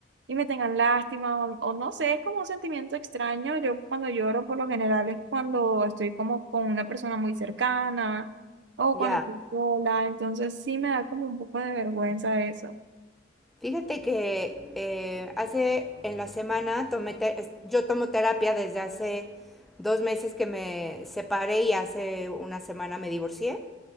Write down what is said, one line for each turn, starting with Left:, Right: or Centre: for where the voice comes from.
Right: y me tengan lástima o, o no sé, es como un sentimiento extraño. Yo cuando lloro por lo general es cuando estoy como con una persona muy cercana o
Centre: Ya.
Right: cuando estoy sola, entonces sí me da como un poco de vergüenza eso.
Centre: Fíjate que eh, hace en la semana tomé te es- yo tomo terapia desde hace dos meses que me separé y hace una semana me divorcié.